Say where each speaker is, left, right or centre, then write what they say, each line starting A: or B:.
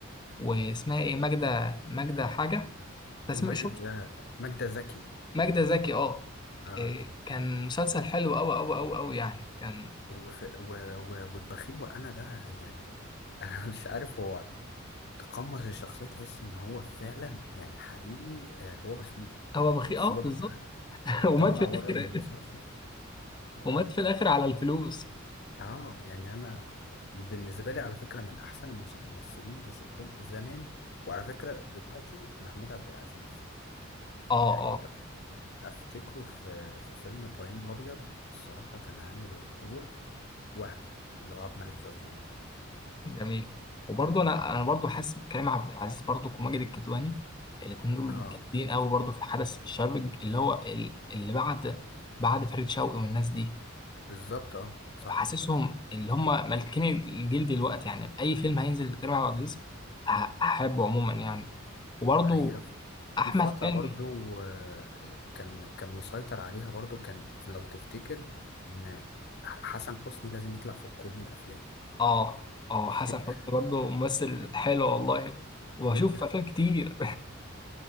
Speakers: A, on the left (about 20°); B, on the left (about 55°).
A: واسمها ايه ماجدة ماجدة حاجة انت سم-
B: ماجدة
A: شفت
B: ماجدة زكي
A: ماجدة زكي اه
B: آه.
A: إيه، كان مسلسل حلو قوي قوي قوي قوي يعني كان
B: وف... و... و... والبخيل وانا ده يعني انا <laughs> مش عارف هو تقمص الشخصيه تحس ان هو فعلا يعني حقيقي آه، هو بخيل
A: هو
B: يعني
A: مخي
B: سيبك
A: اه بالظبط <laughs> ومات
B: طلع
A: في الاخر
B: بره المسلسل اه
A: ومات في الاخر على الفلوس
B: آه، يعني انا بالنسبه لي على فكره من احسن المس- الممثلين اللي شفتهم في زمان وعلى فكره دلوقتي محمود عبد العزيز
A: اه
B: يعني
A: آه.
B: أف- افتكره في في فيلم ابراهيم الابيض الصراحه كان عامل الدور وهم اللي هو عبد الملك زرزور
A: جميل وبرضه انا انا برضه حاسس بكريم عبد العزيز برضه وماجد الكدواني الاثنين دول
B: اه
A: جامدين قوي برضه في حدث الشباب اللي هو ال- اللي بعد بعد فريد شوقي والناس دي
B: بالظبط اه صح
A: فحاسسهم اللي هم مالكين الجيل دلوقتي يعني اي فيلم هينزل لكريم عبد العزيز ه- هحبه عموما يعني وبرضه
B: هي في
A: احمد
B: في فترة
A: حلمي
B: برضو آه، كان كان مسيطر عليها برضو كان لو تفتكر ان حسن حسني لازم يطلع في كل الافلام
A: اه اه
B: <laughs>
A: حسن حسني برضه ممثل حلو والله وبشوف
B: جدا
A: افلام كتير